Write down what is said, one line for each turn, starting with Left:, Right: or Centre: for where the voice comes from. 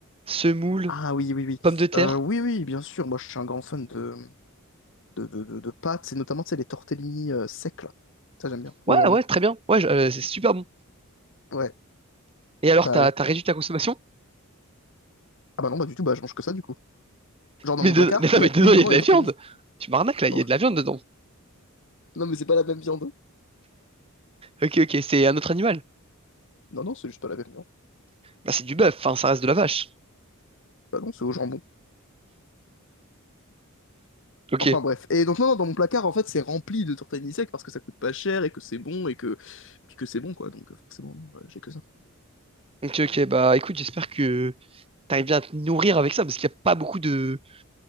Right: semoule.
Left: Ah oui, oui, oui.
Right: pommes de terre.
Left: Euh, oui, oui, bien sûr, moi je suis un grand fan de de, de, de, de pâtes, et notamment, tu sais, les tortellini euh, secs, là. Ça j'aime bien,
Right: Ouais,
Left: au jambon.
Right: ouais, très bien. Ouais, je- euh, c'est super bon.
Left: Ouais,
Right: Et alors,
Left: bah
Right: t'as,
Left: oui.
Right: t'as réduit ta consommation?
Left: Ah bah non, bah du tout, bah je mange que ça du coup. Genre dans
Right: Mais,
Left: mon
Right: de-
Left: placard,
Right: mais non,
Left: il
Right: mais
Left: y a
Right: dedans,
Left: uniquement
Right: il y a de la
Left: des tortellini.
Right: viande. Tu m'arnaques là, il
Left: Bon.
Right: y a de la viande dedans.
Left: Non mais c'est pas la même viande. hein.
Right: Ok, ok, c'est un autre animal.
Left: Non, non, c'est juste pas la viande.
Right: Bah, c'est du bœuf, enfin, ça reste de la vache.
Left: Bah non, c'est au jambon.
Right: Ok,
Left: Enfin bref. Et donc non, non, dans mon placard, en fait, c'est rempli de tortellini secs parce que ça coûte pas cher et que c'est bon et que puis que c'est bon quoi. Donc euh, forcément, non, voilà j'ai que ça.
Right: ok, ok, bah écoute, j'espère que t'arrives bien à te nourrir avec ça, parce qu'il n'y a pas beaucoup de.